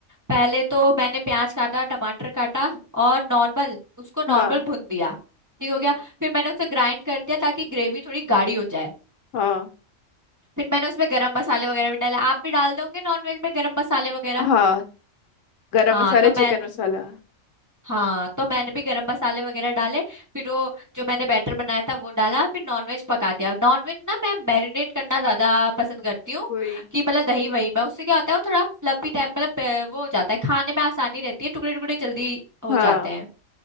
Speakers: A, on the right; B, on the left.
A: पहले तो मैंने प्याज काटा टमाटर काटा और नॉर्मल उसको
B: हाँ
A: नॉर्मल भून दिया ठीक हो
B: हम्म
A: गया फिर मैंने उसे ग्राइंड कर दिया ताकि ग्रेवी थोड़ी गाढ़ी हो जाए
B: हाँ
A: फिर मैंने उसमें गरम मसाले वगैरह भी डाले आप भी डाल दोगे नॉनवेज में गरम मसाले वगैरह
B: हाँ गरम
A: हाँ
B: मसाला
A: तो मैं
B: चिकन मसाला
A: हाँ तो मैंने भी गरम मसाले वगैरह डाले फिर वो जो मैंने बैटर बनाया था वो डाला फिर नॉनवेज पका दिया नॉनवेज ना मैं मैरिनेट करना ज्यादा पसंद करती हूँ
B: वही
A: कि मतलब दही वही मैं उससे क्या होता है वो थोड़ा फ्लफी टाइप मतलब अ, वो हो जाता है खाने में आसानी रहती है टुकड़े टुकड़े जल्दी हो
B: हाँ
A: जाते हैं